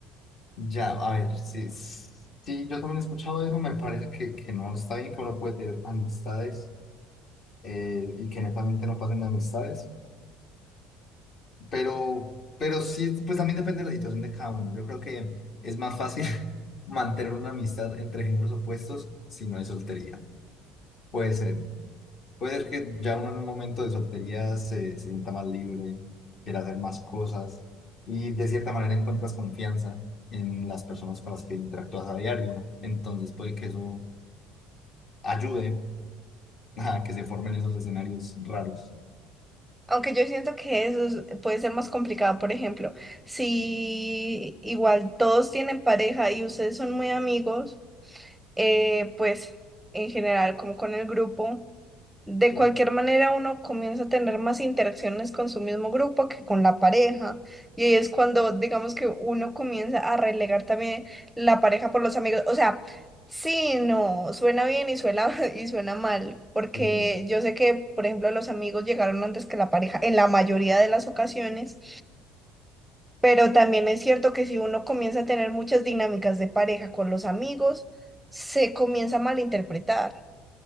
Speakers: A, on the left; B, in the centre.
A: ya, a ver, sí, sí, yo también he escuchado eso, me parece que, que no está bien que uno puede tener amistades eh, y que netamente no pasen de amistades, pero, pero sí, pues también depende de la situación de cada uno. Yo creo que es más fácil <laughs> mantener una amistad entre géneros opuestos si no hay soltería. Puede ser. Puede ser que ya uno en un momento de soltería se, se sienta más libre, quiera hacer más cosas y de cierta manera encuentras confianza en las personas con las que interactúas a diario. ¿no? Entonces puede que eso ayude <laughs> a que se formen esos escenarios raros.
B: Aunque yo siento que eso es- puede ser más complicado, por ejemplo, si igual todos tienen pareja y ustedes son muy amigos, eh, pues en general como con el grupo. De
A: Sí.
B: cualquier manera, uno comienza a tener más interacciones con su mismo grupo que con la pareja. Y ahí es cuando, digamos que uno comienza a relegar también la pareja por los amigos. O sea, sí, no, suena bien y suena, <laughs> y suena mal, porque
A: Sí, sí.
B: yo sé que, por ejemplo, los amigos llegaron antes que la pareja en la mayoría de las ocasiones, pero también es cierto que si uno comienza a tener muchas dinámicas de pareja con los amigos, se comienza a malinterpretar.